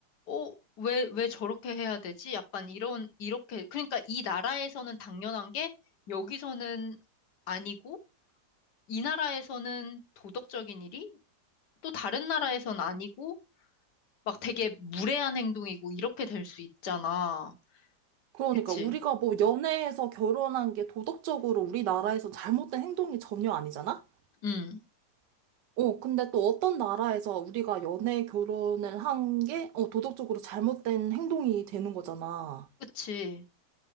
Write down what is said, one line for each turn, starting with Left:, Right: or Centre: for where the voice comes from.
Left: 어, 왜, 왜 저렇게 해야 되지? 약간 이런, 이렇게. 그러니까 이 나라에서는 당연한 게, 여기서는 아니고, 이 나라에서는 도덕적인 일이, 또 다른 나라에선 아니고, 막 되게 무례한 행동이고, 이렇게 될 수 있잖아.
Right: 그러니까
Left: 그치?
Right: 우리가 뭐 연애에서 결혼한 게 도덕적으로 우리나라에서 잘못된 행동이 전혀 아니잖아?
Left: 응,
Right: 어, 근데 또 어떤 나라에서 우리가 연애 결혼을 한 게, 어, 도덕적으로 잘못된 행동이 되는 거잖아.
Left: 그치.